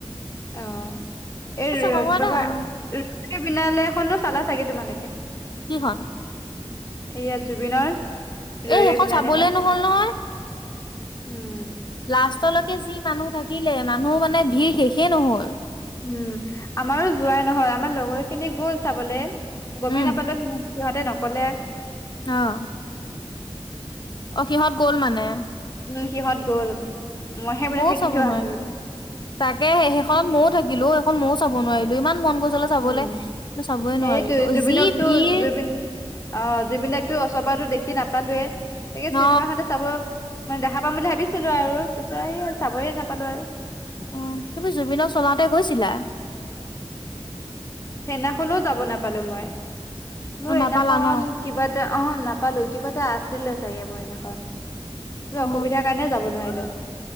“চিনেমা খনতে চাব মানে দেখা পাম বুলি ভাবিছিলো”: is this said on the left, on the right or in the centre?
Left